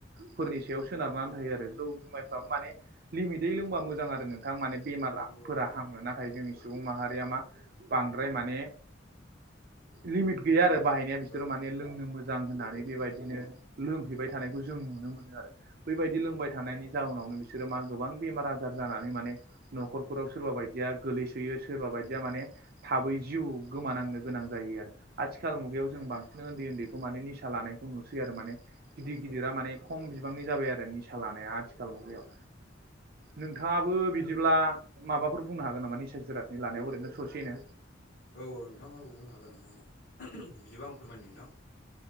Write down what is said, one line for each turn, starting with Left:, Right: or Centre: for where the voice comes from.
Right: फोरनि सायाव सोनारनानै थायो आरो जौ जुमायफ्रा माने लिमिटै लोंबा मोजां आरो नोंथां माने बेमारफोरा
Left: औ नंगौ
Right: हामो
Left: नोंथां
Right: नाथाय जोंनि सुबुं माहारिया मा बांद्राय माने लिमिट गैया आरो बाहायनाया बिसोरो
Left: औ
Right: माने लोंनो मोजां होननानै बेबायदिनो लोंहैबाय थानायखौ जों नुनो मोनो आरो बैबायदि लोंबाय थानायनि जाहोनावनो बिसोरो मा गोबां बेमार आजार जानानै माने न'खरफोराव सोरबा बायदिया गोलैसोयो सोरबा बायदिया माने थाबै जिउ गोमानांनो गोनां जायो आरो आथिखाल
Left: औ नंगौ नोंथां
Right: मुगायाव जों बांसिन उन्दै उन्दैखौ माने निसा लानायखौ नुसै आरो माने गिदिर गिद गिदिरा
Left: औ
Right: माने खम बिबांनि जाबाय आरो निसा लानाया आथिखाल मुगायाव नोंथाङाबो बिदिब्ला माबाफोर बुंनो हागोन नामा निसा जिरादनि लानायाव ओरैनो ससेनो
Left: औ औ नोंथाङा औ बुंनो हागोन नोंथां औ बिदिबा आं फोरमायदों नोंथां